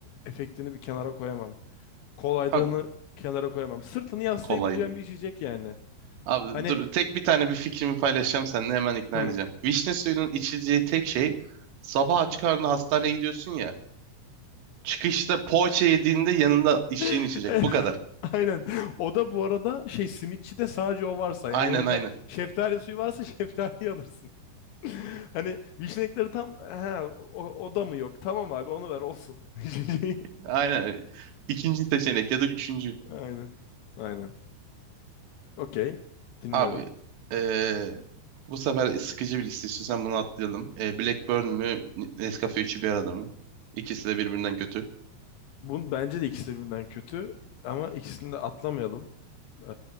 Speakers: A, on the left; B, on the right.
A: efektini bir kenara koyamam. Kolaylığını
B: Abi
A: kenara koyamam. Sırtını yaslayabileceğim
B: kolaydı.
A: bir içecek yani.
B: Abi
A: Hani
B: dur tek bir tane bir fikrimi paylaşacağım seninle hemen ikna
A: hmm.
B: edeceğim. Vişne suyunun içileceği tek şey sabah aç karnına hastaneye gidiyorsun ya. Çıkışta poğaça yediğinde yanında içtiğin
A: <laughs>
B: içecek.
A: <laughs>
B: Bu kadar.
A: Aynen. O da bu arada şey simitçi de sadece o varsa
B: Aynen
A: yani yanında
B: aynen.
A: şeftali suyu varsa <laughs> şeftali alırsın. <laughs> Hani vişnekleri tam ha o, o da mı yok? Tamam abi onu ver olsun. <laughs>
B: Aynen. İkinci seçenek ya da üçüncü.
A: Aynen. Aynen. Okey. Dinliyorum.
B: Abi eee, bu sefer sıkıcı bir liste istiyorsan bunu atlayalım. Eee, Blackburn mü Nescafe üçü bir arada mı? İkisi de birbirinden kötü.
A: Bu bence de ikisi birbirinden kötü ama ikisini de atlamayalım. Eee,